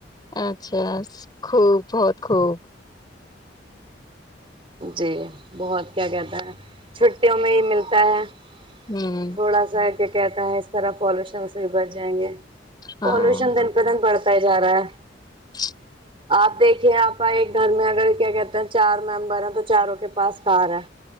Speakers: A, on the left; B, on the right.
A: اچھا خوب بہت خوب
B: جی بہت کیا کہتا ہے چھٹیوں میں ہی ملتا ہے
A: ہوں
B: تھوڑا سا <inaudible> کہتا ہے اس طرح پالوشن سے بھی بچ جائیں گے پولوشن
A: ہاں
B: دن پہ دن پڑتا جا رہا ہے
A: <inaudible>
B: آپ دیکھیے آپ ایک گھر میں اگر کیا کہتے ہیں چار میم بارہ تو چاروں کے پاس کار ہے